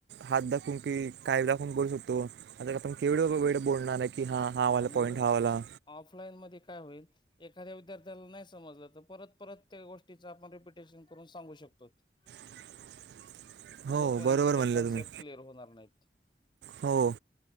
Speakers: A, on the right; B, on the left.
A: हात दाखवून कि काय दाखवून करू शकतो आता आपण केवढ वेळ बोलणार आहे की हां
B: हा
A: वाला
B: आणि
A: पॉईंट हा वाला
B: ऑफलाईन मध्ये - काय होईल विद्यार्थ्याला नाही समजलं तर परत त्या गोष्टी आपण रिपीटेशन करून सांगू शकतो शकतो च
A: <inaudible> हो
B: जोपर्यंतच्या
A: बरोबर म्हणलं
B: कन्सेप्ट
A: तुम्ही.
B: क्लिअर होणार नाहीत
A: हो